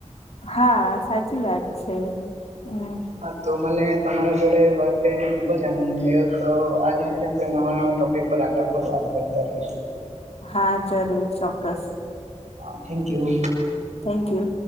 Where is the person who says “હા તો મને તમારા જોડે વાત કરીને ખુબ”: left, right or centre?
Right